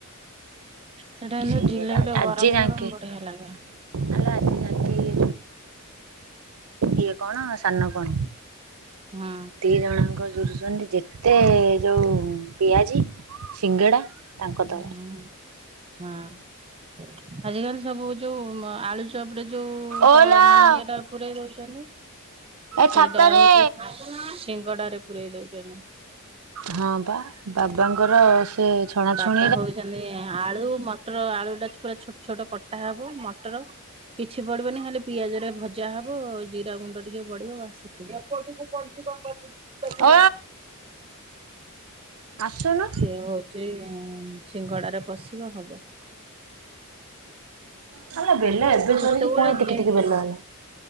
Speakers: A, on the right; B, on the right.
A: ସେଟା କିନ୍ତୁ
B: ସିଙ୍ଗିଡା
A: ଜିଲାପି ଟା
B: ଆଜି
A: ଗରମ
B: ଯାଙ୍କେ
A: ଗରମ ବଢିଆ ଲାଗେ।
B: ଆଲୋ ଆଜି ଯାଙ୍କେ ଇଏ ଇଏ କଣ ସାନ କଣ
A: ହଁ
B: ଦି ଜଣଙ୍କ କରୁଛନ୍ତି ଯେତେ ଯୋଉ ପିଆଜି ସିଙ୍ଗଡା ତାଙ୍କ ତଳେ।
A: ହଁ। ହଁ ଆଜିକାଲି ସବୁ ଯୋଉ-ଉ-ଉ ଆଳୁ। ଚପରେ ଯୋଉ
B: ଓଲୋ
A: ଯ ମାନେ ଇଏଟା ପୁରେଇ ଦଉଛନ୍ତି
B: ଏ
A: ସେଇଟା
B: ଛାତରେ
A: ହଉଛି ସ-ସ-ସ। ସିଙ୍ଗଡା ରେ ପୁରେଇ ଦଉଛନ୍ତି।
B: ହଁ ପା ବାବାଙ୍କର ସେ ଛଣାଛୁଣି
A: ପା ହଉଛନ୍ତି ଆଳୁ ମଟର ଆଳୁ ଟା ପୁରା ଛୋଟ ଛୋଟ କଟା ଟା ହବ ମଟର କିଛି ପଡିବନି ହେଲେ ପିଆଜ ରେ ଭଜା ହବ ଜିରା ଗୁଣ୍ଡ ଟିକେ ପଡିବ ବାସ ସେତିକି। <unintelligible> କଣ କର
B: ଓ ଆସୁନୁ
A: ସିଏ ହଉଛି। ହଁ। ସିଙ୍ଗଡା ପସିବ ହବ।
B: ହେଲା ବେଲ ଏବେ
A: ସେତେବେଳେ
B: ସରିଛି ପୁଣି ଟିକି
A: ଜିନିଷ
B: ଟିକି ବେଲ ହେଲା।